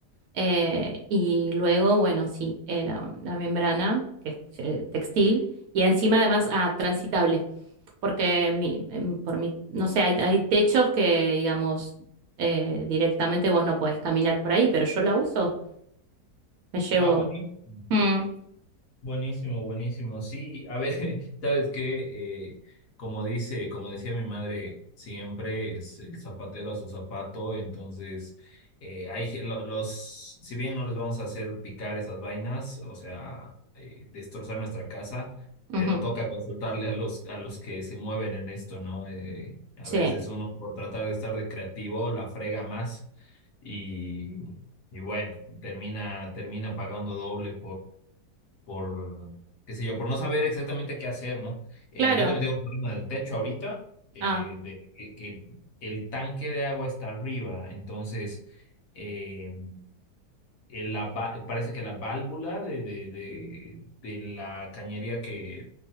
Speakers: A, on the right (about 70°); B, on the left (about 60°).
A: eh, y luego, bueno, sí, eh, la, la membrana, que es eh, textil, y encima además ah, transitable, porque mi- em, por mi, no sé, hay, hay techos que, digamos, eh, directamente vos no podés caminar por ahí, pero yo la uso, me llevo...
B: Ah, buenísimo.
A: Mm,
B: Buenísimo, buenísimo. Sí, a ver, <laughs> sabes que como dice, como decía mi madre, siempre es el zapatero a su zapato. Entonces, eh, hay ge- lo- los, si bien no les vamos a hacer picar esas vainas, o sea, eh, destrozar nuestra casa, pero
A: ujú,
B: toca consultarle a los a los que se mueven en esto, ¿no? Eh, a
A: sí,
B: veces uno por tratar de estar de creativo la frega más y y bueno, termina termina pagando doble por, qué sé yo, por no saber exactamente qué hacer, ¿no? Eh,
A: claro.
B: yo también tengo un problema del techo ahorita, eh,
A: Ah,
B: de que, que el tanque de agua está arriba, entonces eh, el- la va- parece que la válvula de, de, de, de la cañería que,